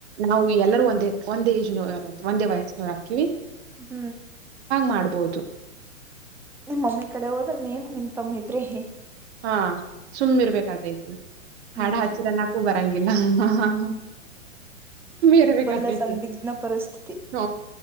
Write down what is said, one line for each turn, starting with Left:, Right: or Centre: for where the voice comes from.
Right: ನಾವು ಎಲ್ಲರೂ ಒಂದೇ ಒಂದ ಏಜ್ನ ಒಂದೇ ವಯಸ್ಸನವರ ಆಗ್ತೀವಿ.
Centre: ಹ್ಮ್
Right: ಮಾಡ್ಬೋದು.
Centre: ನಿಮ್ಮ ಮಮ್ಮಿ ಕಡೆ ಹೋದ್ರೆ ನೀನ್ ನಿಮ್ ತಮ್ಮಿ ಇಬ್ರೇ ಹೇ
Right: ಹಾ ಸುಮ್ಮ್ ಇರ್ಬೇಕಾತೈತಿ ಹಾಡಾ
Centre: ಹ್ಮ್
Right: ಹಚ್ಚಿರ ಅನಾಕು ಬರ ತಂಗಿಲ್ಲಾ ಹ ಹ ಹ ಇರ್ಬೇಕತೈತಿ
Centre: ಫುಲ್ ಸಂದಿಗ್ನ ಪರಿಸ್ಥಿತಿ
Right: ಹ